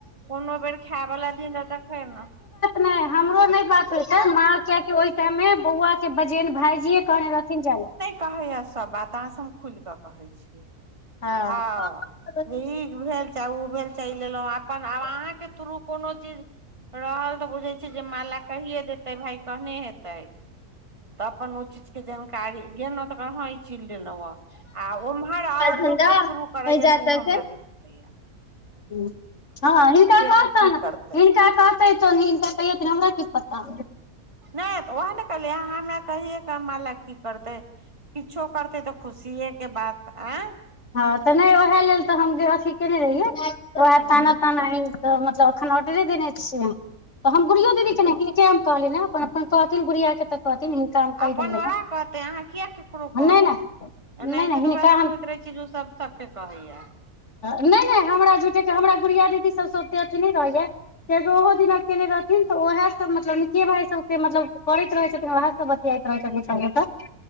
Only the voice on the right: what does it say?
कोनो बेर खाय बला दिन रहय तखैम
कहैय सब बात आहाँ सऽ हम खुल कऽ कहै छी
हँ जे ई <unintelligible> भेल चाहे ऊ भेल चाहे लेलू अपन आब अहाँ केँ थ्रू कोनो चीज रहल तऽ बुझे जे माला कहि देतैय भाय कहने हेतै तऽ अपन ओ चीज केँ जानकारी कहा इ चीज लेलो आ उम्हर और
लोक केँ थ्रू करे
यऽ
तऽ उ
हमरा नै <unintelligible>
के की करतै
नय तऽ उएह ने कहलियै अमा हमरा कहिए क माला की करतै किछो करतै तऽ खुशिये के बात आँ
ह
अपन
उएहे कहतै अहाँ किए ककरो कहब
एनाहिते
तऽ
ओकारा सभ के होइत रहै छै जे ऊ सब सबके कहै या